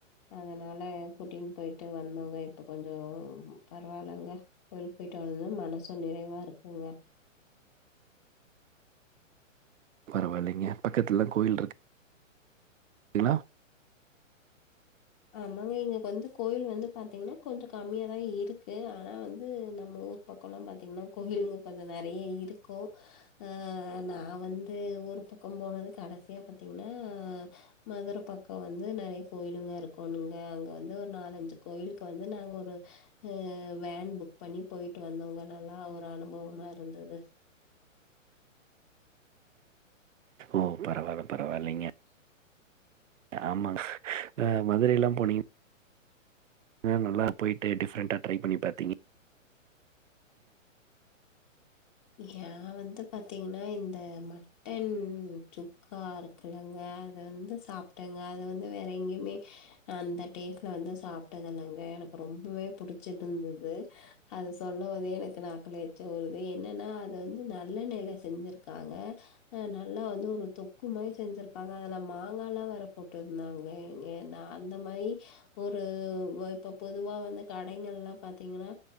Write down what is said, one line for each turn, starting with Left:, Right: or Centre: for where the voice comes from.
Left: அதனால கூட்டின்னு போயிட்டு வந்தோங்க இப்ப கொஞ்சம் பரவால்லங்க கோயிலுக்கு போயிட்டு வந்து மனசும் நெறைவா இருக்குங்க
Right: பரவாயில்லங்க பக்கத்துலதா கோயில் இருக்கு தினா
Left: ஆமாங்க இங்க வந்து கோயில் வந்து பாத்தீங்கன்னா கொஞ்சம் கம்மியாதா இருக்கு ஆனா வந்து நம்ம ஊர் பக்கம் எல்லாம் பாத்தீங்கன்னா கோயிலுங்க கொஞ்சம் நெறையா இருக்கும் ஆஹ நா வந்து ஊர் பக்கம் போனது கடைசியா பாத்தீங்கன்னா மதுரை பக்கம் வந்து நெறையா கோயிலுங்க இருக்கு கொண்ணுங்க அங்க வந்து ஒரு நாலஞ்சு கோயிலுக்கு வந்து நாங்க ஒரு அஹ் வேன் புக் பண்ணி போயிட்டு வந்தோங்க நல்லா ஒரு அனுபவமா இருந்தது
Right: ஓ பரவால்ல பரவால்லங்க
Left: <inaudible>
Right: ஆமா ஹ மதுர எல்லாம் போனீங்க நல்லா போயிட்டு டிஃப்ரெண்டா டரை பண்ணி பாத்தீங்க
Left: ஏ வந்து த்து பார்த்தீங்கன்னா இந்த மட்டன் சுக்கா இருக்குல்லங்க அது வந்து சாப்ட்டேங்க அது வந்து வேற எங்கேயுமே அந்த டேஸ்டில் வந்து சாப்ட்டதில்லங்க எனக்கு ரொம்பவே புடிச்சி இருந்தது அது சொல்லும் போதே எனக்கு நாக்குல எச்சி ஊறுது வருது என்னன்னா அது வந்து நல்லெண்ணையில செஞ்சிருக்காங்க ஹ நல்லா வந்து ஒரு தொக்கு மாரி செஞ்சிருப்பாங்க அதெல்லாம் மாங்காயல்லாம் வேற போட்ருந்தாங்க எங்க அந்த மாரி ஒரு இப்ப பொதுவா வந்து கடைகங்கல்ல பார்த்தீங்கன்னா